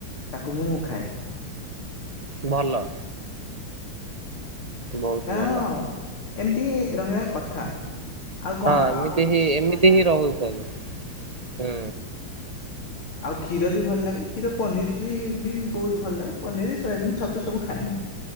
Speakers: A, on the left (about 85°); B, on the right (about 40°).
A: ତାକୁ ମୁଁ ଖାଏ।
B: ଭଲ। ବହୁତ
A: କା
B: ଭଲ।
A: ଅଁ ଏମିତି ରହିବା କଥା। ଆଉ କଣ
B: ହଁ। ଏମିତି
A: ଆଉ କିଛି
B: ହିଁ, ଏମିତି
A: ନାହିଁ ନା
B: ହିଁ ରହୁଛନ୍ତି। ହୁଁ।
A: ଆଉ କ୍ଷୀର ବି ଭଲ ଲାଗେ। କ୍ଷୀର ପନିର ବି ବହୁତ ଭଲ ଲାଗେ ପନିର, ସୋୟାବିନ, ଛତୁ ସବୁ ଖାଏ ମୁଁ।